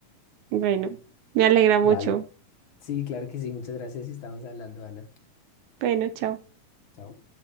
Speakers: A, on the right (about 75°); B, on the left (about 55°).
A: Bueno, me alegra mucho.
B: Vale. Sí, claro que sí, muchas gracias y estamos hablando, Ana.
A: Bueno, chao.
B: Chao.